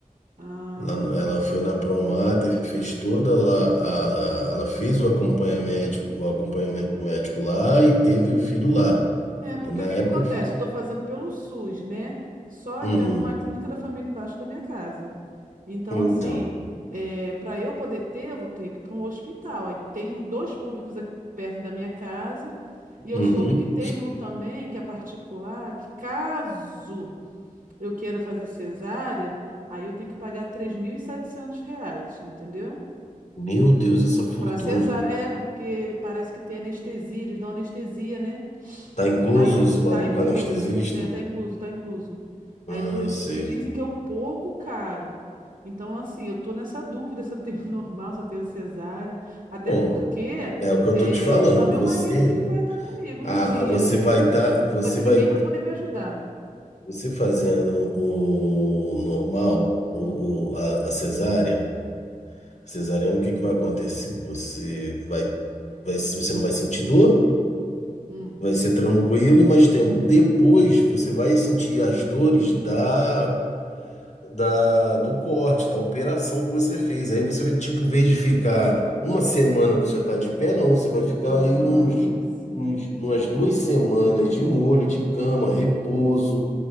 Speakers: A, on the right; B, on the left.
A: Ah,
B: Lá no- Ela
A: tá.
B: foi na Promate, fez toda lá, a, a- ela fez o acompanhamento médico, o acompanhamento médico lá e teve o filho lá.
A: É, porque
B: E na
A: o que
B: época,
A: que acontece?
B: eu f-
A: Eu estou fazendo pelo SUS, né? Só
B: uhum,
A: que é numa clínica da família embaixo da minha casa. Então,
B: então,
A: assim, para eu poder ter, eu vou ter que ir para um hospital. Aí tem um- dois públicos aqui perto da minha casa. E eu
B: uhum.
A: soube que tem um também, que é particular, que caso eu queira fazer cesárea, aí eu tenho que pagar 3.700 reais, entendeu?
B: Meu Deus, essa fortuna.
A: Para cesárea, é porque parece que tem anestesia, eles dão anestesia, né?
B: Tá incluso
A: Aí é um,
B: esse valor
A: tá incuro.
B: com anestesista?
A: É, tá incluso, tá incluso.
B: Ah,
A: Aí por isso
B: sei.
A: que dizem que é um pouco caro. Então, assim, eu tô nessa dúvida se eu tenho <laughs> normal, se eu tenho cesárea. Até
B: Bom,
A: porque
B: é o que eu
A: é,
B: tô te falando.
A: só meu
B: Você,
A: marido que vai estar comigo
B: ah,
A: no dia,
B: você
A: né?
B: vai estar, você
A: Não vai ter
B: vai,
A: ninguém para poder me ajudar.
B: você fazendo o normal,
A: Hum,
B: o, o- a, a cesárea, cesariana, o que que vai acontecer? Você vai, vai, você não vai sentir dor,
A: hum.
B: vai ser tranquilo, mas tem, depois você vai sentir as dores da da, do corte, da operação que você fez. Aí você vai, tipo, em vez de ficar uma semana você já tá de pé, não. Você vai ficar
A: Ah,
B: aí uns,
A: sim.
B: uns, umas duas semanas de molho, de cama, repouso.